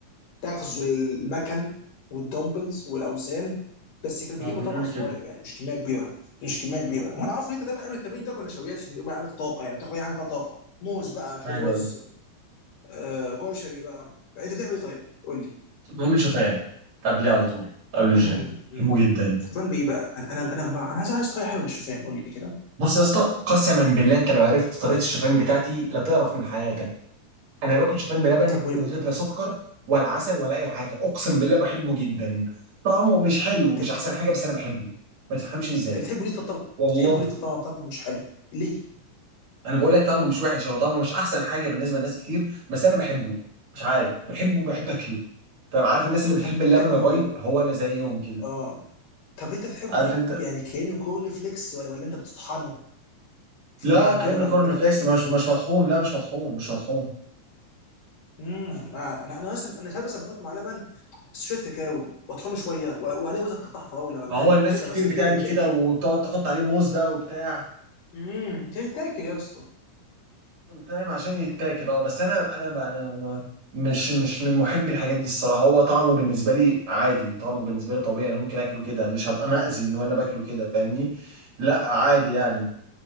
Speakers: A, on the left (about 80°); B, on the right (about 55°).
A: تغزو المكن والدمبلز والاوزان بس كانوا
B: ما
A: بيجيبوا
B: هو بيقولوا
A: طبق
B: لي
A: صغير
B: كده
A: يعني مش كميه كبيره مش كميه كبيره وانا عارف ان انت دايما قبل التمرين بتاكل نشويات عشان يبقى عندك طاقه يعني تاخد اي حاجه فيها طاقه موز بقى شويه
B: ايوه
A: رز آه كشري بقى انت بتعمل ايه طيب؟ قول لي
B: بقوم شوفان قبليه على طول قبل
A: امم
B: الجيم
A: امم
B: بحبه جدا
A: شوفان بايه بقى؟ انا انا انا انا عايز عايز طريقه حلوه للشوفان قول لي كده
B: بص يا اسطى قسما بالله انت لو عرفت طريقه الشوفان بتاعتي لا تعرف من حياتك انا باكل شوفان بلبن
A: طب و-
B: من غير لا سكر ولا عسل ولا اي حاجه اقسم بالله بحبه جدا طعمه مش حلو
A: طب
B: مش احسن حاجه بس انا بحبه ما تفهمش ازاي
A: طب بتحبوا ليه طب طب-
B: والله
A: بتحبوا ليه طب طبعا طبعا مش حلو ليه؟
B: انا بقول لك طعمه مش وحش او طعمه مش احسن حاجه بالنسبه لناس كتير بس انا بحبه مش عارف بحبه وبحب اكله فاهم عارف الناس اللي بتحب
A: طب بتاكله
B: اللبن الرايب هو انا زيهم كده
A: اه طب انت بتحبه
B: عارف
A: طيب
B: انت
A: يعني كانه كورن فليكس ولا ولا انت بتطحنه في
B: لا
A: مع
B: كأنه
A: مع لبن
B: كورن
A: وكده
B: فليكس
A: بتبقى
B: مش
A: مخفوق
B: مش مطحون لا مش مطحون مش مطحون
A: امم انا انا مثلا انا ساعات بس بحط مع لبن شويه كاكاو واطحنه شويه و- وعليه مثلا قطع فراوله ولا
B: ما هو
A: حاجه
B: الناس
A: كده
B: كتير
A: مثلا
B: بتعمل
A: كده يتاكل
B: كده وبتقعد تحط عليه موز بقى وبتاع
A: امم كده يتاكل يا اسطى
B: بتعمل عشان يتاكل اه بس انا انا بقى انا أنا مش مش من محبي الحاجات دي الصراحه هو طعمه بالنسبه لي عادي طعمه بالنسبه لي طبيعي انا ممكن اكله كده مش هبقى مأذي ان انا باكله كده فاهمني لا عادي يعني